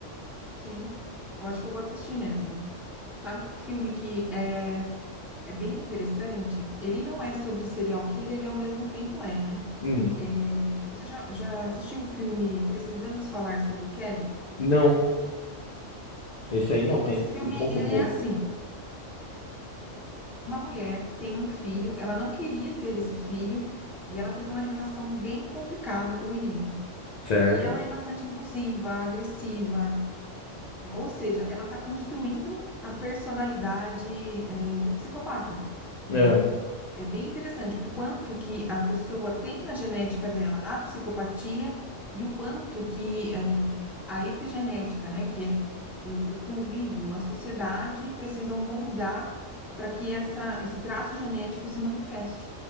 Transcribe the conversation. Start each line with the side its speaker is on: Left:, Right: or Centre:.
Centre: sim. Eu acho que eu vou assistir mesmo. Sabe um filme que é, é bem interessante? Ele não é sobre serial killer e ao mesmo tempo é, né?
Left: Hum,
Centre: É, você já, já assistiu o filme Precisamos Falar sobre o Kevin?
Left: não, esse
Centre: Esse
Left: aí não,
Centre: esse
Left: é.
Centre: filme,
Left: Me conta
Centre: ele
Left: um pouco.
Centre: é assim, uma mulher tem um filho, ela não queria ter esse filho, e ela tem uma relação bem complicada com o menino.
Left: Certo?
Centre: E ela é bastante abusiva, agressiva, ou seja, ela está construindo a personalidade, eh, de um psicopata.
Left: É.
Centre: Então, é bem interessante o quanto que a pessoa tem na genética dela a psicopatia e o quanto que, eh, a epigenética, né, que é o o convívio, a sociedade, precisam moldar para que essa esse traço genético se manifeste